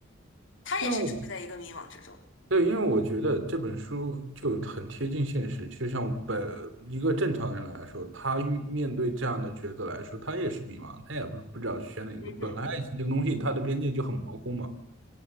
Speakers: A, on the left; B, on the right.
A: 他也是处在一个迷茫之中。
B: 因为我对，因为我觉得这本书就很贴近现实，就像本一个正常人来说，他遇面对这样的抉择来说，他也是迷茫，他也不不知道选哪个。
A: 嗯哼，
B: 本来爱情这个东西，它的边界就很模糊嘛。